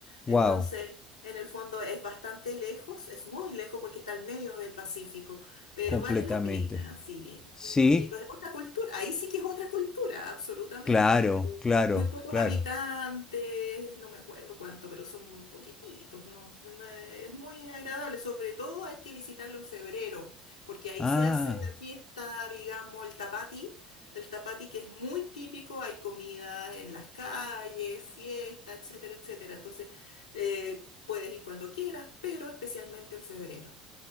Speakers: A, on the left (about 20°); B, on the left (about 80°).
A: Wow,
B: Entonces, en el fondo es bastante lejos, es muy lejos porque está al medio del Pacífico, pero
A: completamente.
B: vale la pena, sí,
A: Sí,
B: es muy bonito, es otra cultura, ahí sí que es otra cultura, absolutamente,
A: claro, claro,
B: muy pocos
A: claro.
B: habitantes, no me acuerdo cuánto, pero son poquititos, ¿no? No- no, Es muy agradable, sobre todo hay que visitarlo en febrero, porque ahí
A: Ah.
B: se hace la fiesta, digamos, el tapati, el tapati que es muy típico, hay comida en las calles, fiesta, etcétera, etcétera. Entonces, eh, puedes ir cuando quieras, pero especialmente en febrero.